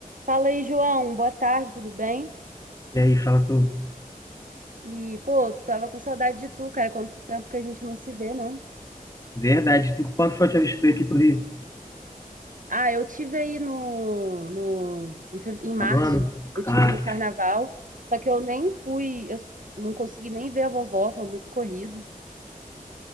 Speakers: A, on the right; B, on the left.
A: Fala aí, João. Boa tarde, tudo bem?
B: E aí, fala tu.
A: E, pô, tava com saudade de tu, cara. Quanto tempo que a gente não se vê, né?
B: Verdade. Tu, quando foi a última vez que tu veio aqui pro Rio?
A: Ah, eu tive aí no, no em, fe- em março,
B: Tá do ano?
A: eu tive
B: Ah,
A: no carnaval, só que eu nem fui, eu s- não consegui nem ver a vovó, foi muito corrido.